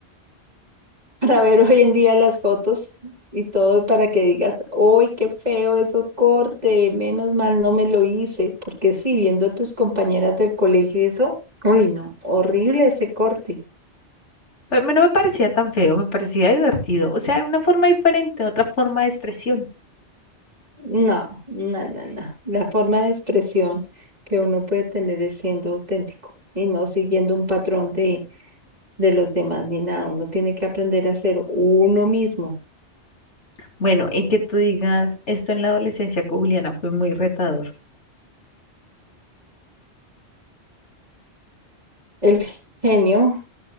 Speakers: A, on the right; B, on the left.
A: para ver hoy en día las fotos y todo para que digas, ¡ay, qué feo eso corte! Menos mal no me lo hice, porque sí, viendo a tus compañeras del colegio y eso, uy, no, horrible ese corte.
B: Pero A mí no me parecía tan feo, me parecía divertido. O sea, era una forma diferente, otra forma de expresión.
A: No, no, no, no. La forma de expresión que uno puede tener es siendo auténtico y no siguiendo un patrón de, de los demás ni nada. Uno tiene que aprender a ser uno mismo.
B: Bueno, y que tú digas, esto en la adolescencia con Juliana fue muy retador.
A: El genio,